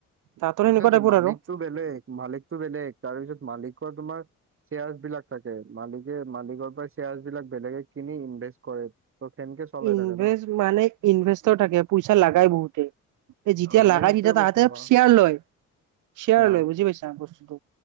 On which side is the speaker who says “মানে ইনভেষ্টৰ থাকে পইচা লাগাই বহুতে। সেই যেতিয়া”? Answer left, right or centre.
Right